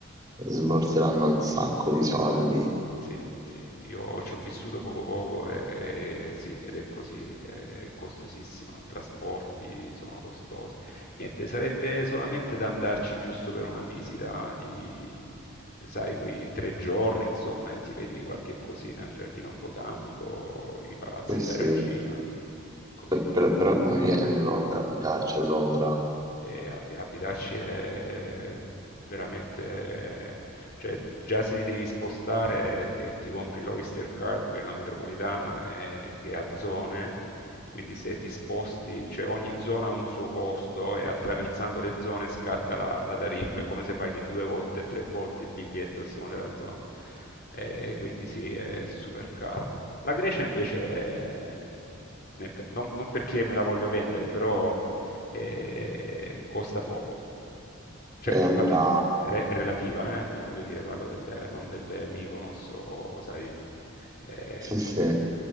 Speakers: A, on the right; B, on the left.
A: sborseranno un sacco di soldi.
B: Sì, sì, io ci ho vissuto poco poco e, e sì, ed è così, è costosissima, i trasporti sono costosi. Niente, sarebbe solamente da andarci giusto per una visita di, sai, quei tre giorni, insomma, e ti vedi qualche cosina, il giardino botanico, i palazzi
A: Eh sì,
B: della regina, così.
A: per- per- però conviene Londra abitarci a Londra.
B: E ab- abitarci è veramente, cioè già se ti devi spostare e ti compri l'Oyster Card per la metropolitana eh, che ha zone, quindi se ti sposti, cioè ogni zona ha un suo costo e attraversando le zone scatta la, la tariffa, è come se paghi due volte, tre volte il biglietto a seconda della zona. Eh, quindi sì, è super cara. La Grecia invece è- nel ca- non, non perché me la voglio vendere, però eh, costa poco. Cioè,
A: E allora,
B: vabbè, re- è relativa, eh, voglio dire, parlo del, non delle Mykonos o, sai, eh,
A: sì,
B: insomma,
A: sì.